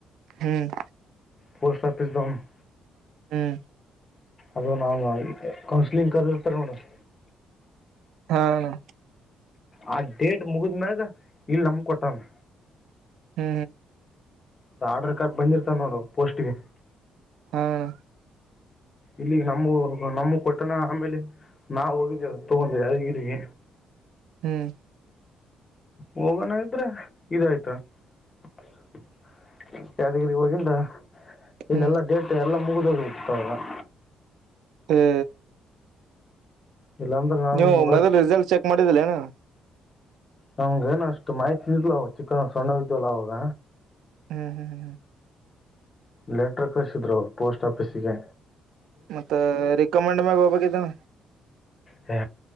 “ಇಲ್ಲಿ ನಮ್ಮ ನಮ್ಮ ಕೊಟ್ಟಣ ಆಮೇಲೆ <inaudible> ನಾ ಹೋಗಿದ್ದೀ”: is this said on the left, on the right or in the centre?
Left